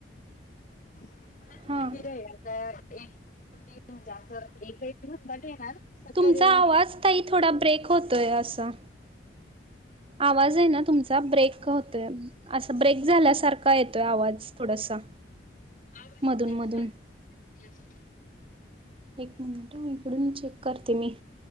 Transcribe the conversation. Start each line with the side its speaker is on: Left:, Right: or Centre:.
Left: बरंच
Right: हां
Left: मंदिर आहे. आता एक म्हणजे असं एकही दिवस <inaudible> येणार सकाळी
Right: तुमचा
Left: <inaudible>
Right: आवाज ताई थोडा ब्रेक होतोय असा आवाज आहे ना तुमचा ब्रेक होतोय. असं ब्रेक झाल्यासारखा येतोय, आवाज, थोडासा.
Left: आवाज
Right: मधून
Left: <inaudible>
Right: मधून
Left: झालं
Right: एक मिनिट हं इकडून चेक करते मी.